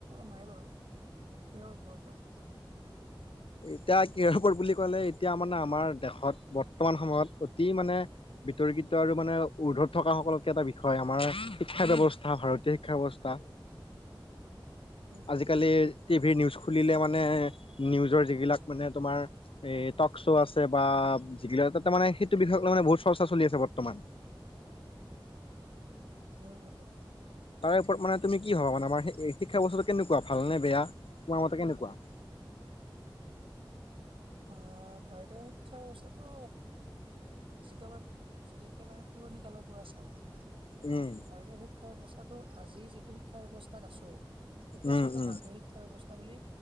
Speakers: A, on the right; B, on the left.
A: নাই বাৰু কিহৰ ওপৰত বা
B: এতিয়া কি বুলি কলে এতিয়া মানে আমাৰ দেশত বৰ্তমান সময়ত অতি মানে বিতৰ্কিত আৰু মানে উৰ্ধত থকা সকলতকে এটা বিষয় আমাৰ শিক্ষা ব্যৱস্থা ভাৰতীয় শিক্ষা ব্যৱস্থা।
A: উম উম
B: আজিকালি
A: উম
B: টিভিৰ নিউজ খুলিলে মানে নিউজৰ যিবিলাক মানে তোমাৰ টক শ্ব' আছে বা যিগিলা তাতে মানে সেইটো বিষয়কলৈ মানে বহুত চৰ্চা চলি আছে বৰ্তমান
A: উম উম।
B: তাৰে ওপৰত মানে তুমি কি ভাবা মানে আমাৰ শিক্ষা ব্যৱস্থাটো কেনেকুৱা ভাল নে বেয়া তোমাৰ মতে কেনেকুৱা? <inaudible>
A: অহ ভাৰতীয় শিক্ষা ব্যৱস্থাটো যিটো আমাৰ যদি একেবাৰে পুৰণি কালৰ পৰা চাওঁ ভাৰতীয়
B: উম,
A: শিক্ষা ব্যৱস্থাটো আজি যিটো শিক্ষা ব্যৱস্থাত আছো সেইটো
B: উম,
A: আচলতে
B: উম,
A: ভাৰতীয় শিক্ষা ব্যৱস্থা বুলি